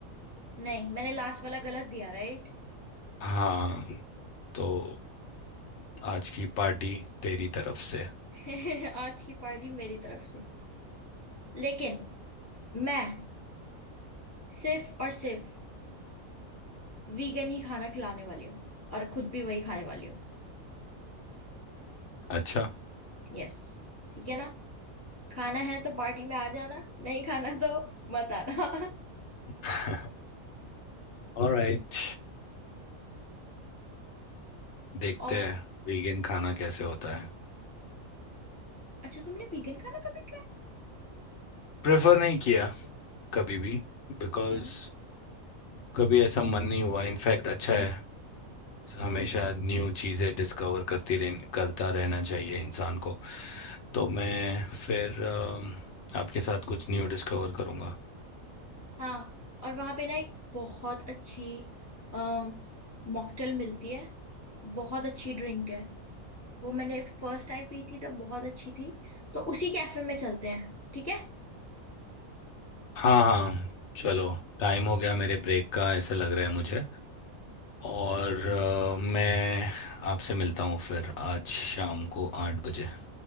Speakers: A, on the left (about 15°); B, on the left (about 60°).
A: नहीं मैंने लास्ट वाला गलत दिया राइट
B: हाँ तो आज की पार्टी तेरी तरफ से
A: <laughs> आज की पार्टी मेरी तरफ से लेकिन मैं सिर्फ और सिर्फ वीगन ही खाना खिलाने वाली हूँ और खुद भी वही खाने वाली हूँ
B: अच्छा
A: यस ठीक है ना खाना है तो पार्टी में आ जाना नहीं खाना तो मत आना
B: <laughs> ऑलराइट
A: <laughs>
B: देखते
A: और
B: हैं वीगन खाना कैसे होता है
A: अच्छा तुमने वीगन खाना कभी
B: प्रेफर नहीं किया कभी भी बिकॉज
A: हाँ
B: कभी ऐसा मन नहीं हुआ इनफैक्ट अच्छा है हमेशा न्यू चीज़ें डिस्कवर करती रह करता रहना चाहिए इंसान को तो मैं फिर अम, आपके साथ कुछ न्यू डिस्कवर करूँगा
A: हाँ और वहां पे ना एक बहुत अच्छी मॉकटेल मिलती है बहुत अच्छी ड्रिंक है वो मैंने फर्स्ट टाइम पी थी तब बहुत अच्छी थी तो उसी कैफे में चलते हैं ठीक है
B: हाँ हाँ चलो टाइम हो गया मेरे ब्रेक का ऐसा लग रहा है मुझे और अ, मैं आपसे मिलता हूँ फिर आज शाम को आठ बजे